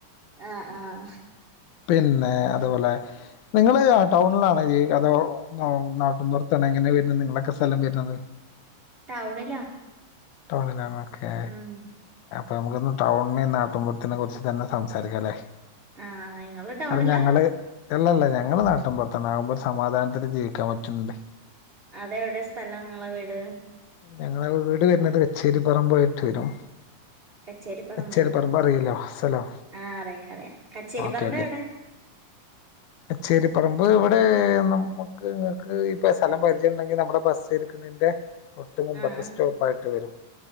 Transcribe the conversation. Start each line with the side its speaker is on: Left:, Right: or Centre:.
Right: ആഹ് ആഹ്
Left: പിന്നെ അതുപോലെ നിങ്ങള് ടൗണിലാണ് അതോ ആഹ് നാട്ടു പുറത്തന്നെ എങ്ങനെ വരുന്നത് നിങ്ങളൊക്കെ സ്ഥലം വരുന്നത്
Right: ടൗണിലാ
Left: ടൗണിൽ ആണോ ഒക്കെ
Right: ഉം
Left: അപ്പൊ നമുക്കിന്ന് ടൗണിനെ നാട്ടൻപുറത്തിനെ കുറിച്ച് തന്നെ സംസാരിക്കാം അല്ലേ <unintelligible>
Right: ആഹ് ഇങ്ങള് ടൗണിലാ
Left: ഞങ്ങള് അല്ലല്ല ഞങ്ങള് നാട്ടൻ പുറത്തു നാകുമ്പോ ഒരു സമാധാനത്തിന് ജീവിക്കാൻ പറ്റുംണ്ട്
Right: അതെ എവിടെ സ്ഥലം നിങ്ങളെ വീട്
Left: ഞങ്ങളെ വീട് വരുന്നത് കച്ചേരി പറം പോയിട്ട് വരും
Right: കച്ചേരിപ്പറമ്പോ
Left: കച്ചേരി പറമ്പ് അറിയില്ലോ സ്ഥലോ
Right: ആഹ് അറിയാ അറിയാ കച്ചേരിപ്പറമ്പ്
Left: ഓക്കെ ഓക്കെ
Right: എവിടെ
Left: <inaudible> കച്ചേരിപറമ്പ് ഇവിടെ നമുക്ക് നിങ്ങക്ക് ഇപ്പ സ്ഥലം പരിചയം ഉണ്ടെങ്കിൽ നമ്മുടെ ബസ്രിക്ക ന്റെ തൊട്ട് മുമ്പത്തെ
Right: ആഹ്
Left: സ്റ്റോപ്പ് ആയിട്ട് വരും